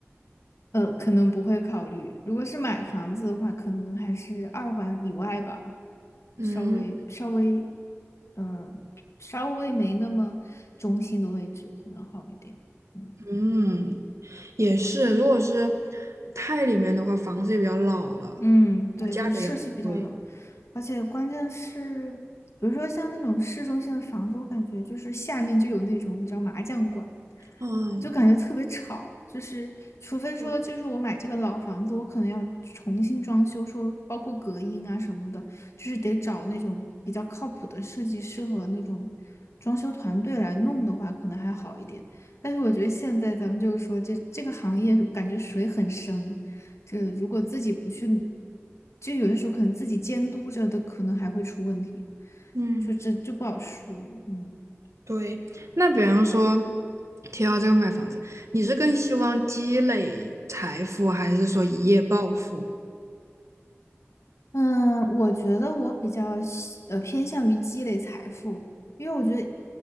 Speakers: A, on the left (about 70°); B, on the right (about 75°).
A: 呃，可能不会考虑。如果是买房子的话，可能还是二环以外吧，
B: 嗯
A: 稍微稍微，嗯，稍微没那么中心的位置，可能好一点。嗯。
B: 嗯，也是，如果是太里面的话，房子也比较老了，
A: 嗯，对，
B: 价格也很贵。
A: 就设施比较老，而且关键是，比如说像那种市中心的房子，我感觉就是下面就有那种你知道麻将馆，
B: 嗯，
A: 就感觉特别吵。就是除非说，
B: 对，
A: 就是我买这个老房子，我可能要重新装修，说包括隔音啊什么的，就是得找那种比较靠谱的设计师和那种装修团队来弄的话，可能还好一点。但是我觉得现在咱们就是说这这个行业感觉水很深。这如果自己不去，就有的时候可能自己监督着的，可能还会出问题，
B: 嗯，
A: 就这就不好说。嗯
B: 对。那比方说，提到这个买房子，你是更希望积累财富，还是说一夜暴富？
A: 嗯，我觉得我比较喜呃偏向于积累财富，因为我觉得